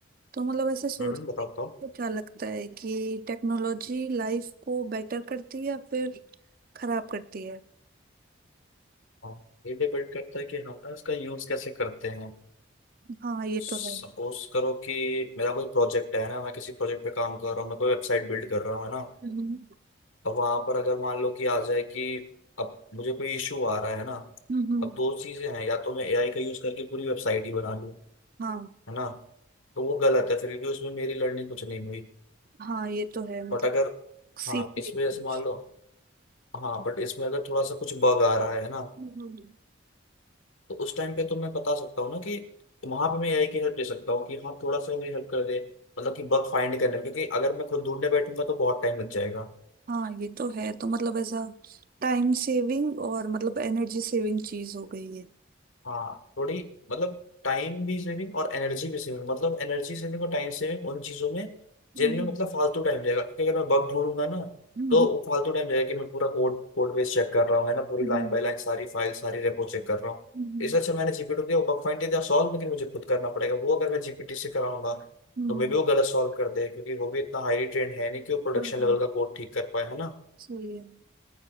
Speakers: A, on the right; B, on the left.
A: तो मतलब ऐसे सोच
B: हम्म
A: रही
B: बताता
A: थी कि
B: हूँ
A: क्या लगता है कि टेक्नोलॉजी लाइफ को बेटर करती है या फिर खराब करती है
B: हाँ ये डिपेंड करता है कि हम ना इसका यूज कैसे करते हैं
A: हाँ ये
B: सपोज
A: तो है
B: करो कि मेरा कोई प्रोजेक्ट है ना मैं किसी प्रोजेक्ट पे काम कर रहा हूँ मैं कोई वेबसाइट बिल्ड कर रहा हूँ है ना
A: हम्म
B: अब वहां पर अगर मान लो कि आ जाए कि अब मुझे कोई इशू आ रहा है ना
A: हम्म
B: अब दो चीजें हैं या तो मैं एआई का यूज करके पूरी वेबसाइट ही बना लूँ
A: हाँ
B: है ना तो वो गलत है फिर भी उसमें मेरी लर्निंग कुछ नहीं हुई
A: हाँ ये तो है मतलब
B: बट अगर
A: सीख
B: हाँ इसमें
A: कुछ
B: जैसे मान लो हाँ बट इसमें अगर थोड़ा सा कुछ बग आ रहा है ना
A: हम्म
B: तो उस टाइम पे तो मैं बता सकता हूँ ना कि वहां पे मैं एआई की हेल्प दे सकता हूँ कि हाँ थोड़ा सा भी हेल्प कर दे मतलब कि बग फाइंड करने में क्योंकि अगर मैं खुद ढूंढने बैठूंगा तो बहुत टाइम लग जाएगा
A: हाँ ये तो है तो मतलब ऐसा टाइम सेविंग और मतलब एनर्जी सेविंग चीज हो गई है
B: हाँ थोड़ी मतलब टाइम भी सेविंग और एनर्जी भी सेविंग मतलब एनर्जी सेविंग और टाइम सेविंग उन चीजों में जिनमें
A: हम्म,
B: मतलब फालतू टाइम जाएगा क्योंकि अगर मैं बग ढूंढूंगा ना
A: हम्म,
B: तो वो फालतू टाइम जाएगा कि मैं पूरा कोड कोड बेस चेक कर रहा हूँ है ना पूरी
A: हम्म,
B: लाइन बाय लाइन सारी फाइल सारी रेपो चेक कर रहा हूँ
A: हम्म,
B: इससे अच्छा मैंने जीपीटी दिया बग फाइंड दिया सॉल्व लेकिन मुझे खुद करना पड़ेगा वो अगर मैं जीपीटी से कराऊंगा
A: हम्म,
B: तो मे भी वो गलत सॉल्व कर दे क्योंकि वो भी इतना हाईली ट्रेंड है नहीं कि वो प्रोडक्शन
A: हाँ, हाँ,
B: लेवल का कोड ठीक कर पाए है ना
A: सही है